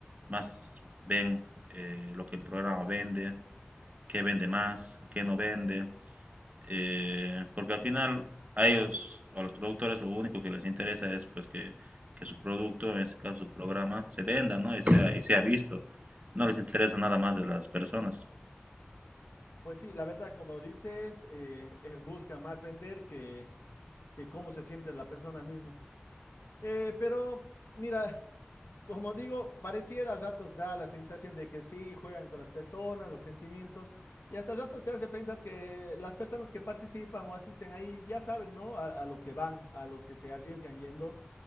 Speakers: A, on the right (about 35°); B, on the left (about 75°).
A: más ven eh, lo que el programa vende, qué vende más, qué no vende eh, porque al final a ellos, a los productores, lo único que les interesa es pues que, que su producto, en este caso su programa, se venda, ¿no? Y sea, y sea visto. No les interesa nada más de las personas.
B: Pues sí, la verdad, como dices, eh, eh, buscan más vender que, que cómo se siente la persona misma. Eh, pero mira, <laughs> como digo, pareciera a ratos da la sensación de que sí, juegan con las personas, los sentimientos, y hasta ratos te hace pensar que las personas que participan o asisten ahí ya saben, ¿no? A, a lo que van, a lo que se arriesgan yendo.